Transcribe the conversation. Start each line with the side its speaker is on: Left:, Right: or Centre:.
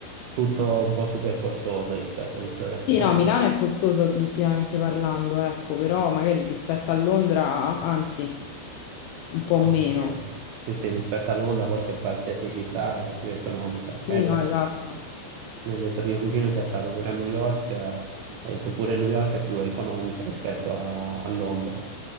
Right: tutto un po' super costoso rispetto a tutto il resto.
Left: Sì, no, Milano è costosa obiettivamente parlando, ecco, però magari rispetto a Londra, anzi, un po'
Right: Vabbè,
Left: meno.
Right: Sì, eh. sì, sì, rispetto a Londra forse qualsiasi città è più economica. Pensa,
Left: Sì, no, esatto.
Right: mi ha detto mio cugino che è stato pure a New York, eh, ha detto pure New York è più economica rispetto a, a Londra.